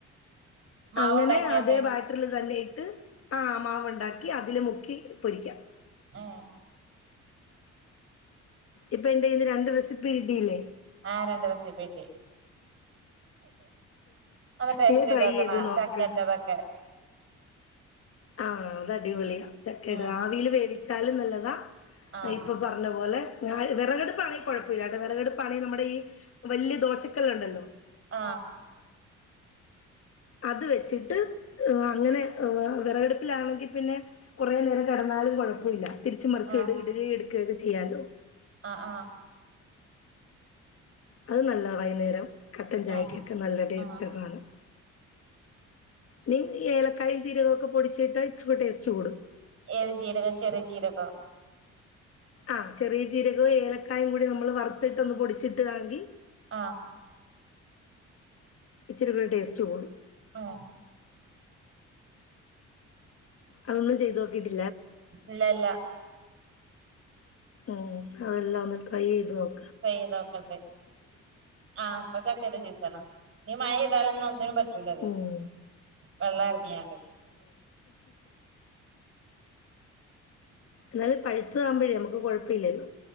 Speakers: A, on the right (about 50°); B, on the left (about 50°).
A: മാവുണ്ടാക്കിയാണ്ട്
B: അങ്ങനെ അതേ ബാറ്ററില് തന്നെ ഇ് ത്ത് <unintelligible> ആഹ് മാവ ഉണ്ടാക്കി അതില് മുക്കി പൊരിക്കാം
A: ഏഹ്
B: ഇപ്പൊ എന്ത ഇന്ന് രണ്ട് റെസിപ്പി ഇടില്ലേ
A: ആ രണ്ട്ു ദിവസ പോട്ടി ടേസ്റ്റ്
B: ഇനി
A: ചെയ്ത്
B: ട്രൈ
A: നോക്കണം
B: ചെയ്തു നോക്ക്
A: ചക്കന്റെതൊക്കെ
B: ആഹ അത് അടിപൊളിയ ചക്കക്ക
A: ഉം
B: ആ വീല് വേവ വേവിച്ചാലും നല്ലതാ
A: ആഹ്
B: ഇപ്പൊ പറഞ്ഞ പോലെ ഞാൻ വെറകടുപ്പാണെ കൊഴപ്പില്ലാട്ടോ വെറകടുപ്പാണെ നമ്മടെ ഈ വല്ല്യദോശക്കല്ല് ഉണ്ടല്ലോ
A: ആഹ്
B: അത് വെച്ചിട്ട് അങ്ങനെ വ് വെറകടുപ്പിലാണെങ്കിപ്പിന്നെ കൊറേ നേരം കെടന്നാലും കൊഴപ്പുല്ല തിരിച്ചുംമറിച്ചും
A: ആഹ്
B: ഇട്ക് ഇട് <unintelligible> ഇട്ക്കെരുത് ചെയ്യാലോ
A: ആഹ് ആഹ്
B: അത് നല്ലതാ വൈയുന്നേരം കട്ടൻ ചായക്ക്ക്കെ
A: ആഹ്
B: നല്ല ടേസ്റ്റാസാനം
A: ആഹ്
B: നീ നി ഏലക്കായും ജീരകോക്കെ പൊടിച്ചിട്ടാ ഇച്ച്രൂ ടേസ്റ്റ് കൂടും
A: ഏത് ജീരകം ചെറിയ ജീരകൊ
B: ആഹ് ചെറീയ ജീരകവും ഏലക്കായൊകൂടി നമ്മള് വറുത്തിട്ട് ഒന്ന് പൊടിച്ചിട്ട്താണെങ്കി
A: ആഹ്
B: ഇച്ച്ര്കൂടേസ്റ്റ് കൂടും
A: ആഹ്
B: അതൊന്നും ചെയ്ത് നോക്കീട്ടി
A: ഇല്ലാല്ലാ
B: ഉം അതെല്ലാം ഒന്ന് ട്രൈ ചെയ്ത് നോക്
A: <unintelligible> ആ പ്പചക്കേടെ സീസണാ നി മയയ്താലോന്നുന്നിനും പ റ്റൂല്ലത്
B: ഉം,
A: വെള്ളം എറങ്ങിയാ
B: ന്നാല് പഴുത്തതാമ്പോഴേ മ്മുക്ക് കൊഴപ്പില്ലല്ലോ